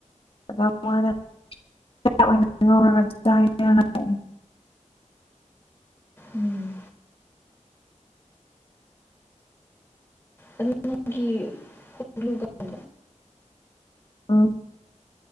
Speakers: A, on the left; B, on the left.
A: ꯑꯗ ꯃꯅ ꯆꯥꯛ ꯑꯣꯏꯅ ꯉꯧꯔꯒ ꯆꯥꯏꯌꯦ ꯍꯥꯏꯅ
B: ꯎꯝ ꯑꯗꯨ ꯅꯪꯒꯤ ꯒ꯭ꯂꯨꯒꯟꯗꯣ
A: ꯑꯥ